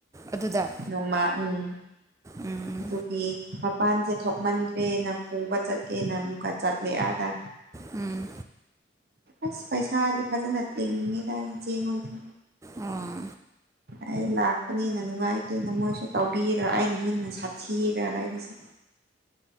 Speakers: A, on the right; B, on the right.
A: ꯑꯗꯨꯗ
B: ꯅꯣꯡꯃ ꯎꯝ
A: ꯎꯝ
B: ꯑꯗꯨꯒꯤ ꯃꯄꯥꯟꯁꯦ ꯊꯣꯛꯃꯟ ꯑꯦꯅ ꯄꯨꯕ ꯆꯠꯀꯦꯅ ꯑꯃꯨꯛꯀ ꯆꯠꯂꯦ ꯑꯥꯗ
A: ꯎꯝ
B: ꯑꯁ ꯄꯩꯁꯥꯗꯤ ꯐꯖꯅ ꯇꯤꯡꯉꯤꯗꯥ ꯏꯆꯦ ꯍꯣꯏꯁꯦ
A: ꯑꯣ
B: ꯑꯩ ꯂꯥꯛꯄꯅꯤꯅ ꯅꯨꯡꯉꯥꯏꯇꯦꯅ ꯃꯣꯏꯁꯨ ꯇꯧꯕꯤꯔꯥ ꯑꯩꯅ ꯍꯦꯟꯅ ꯁꯥꯊꯤꯔꯥ ꯂꯩꯔꯤꯁꯦ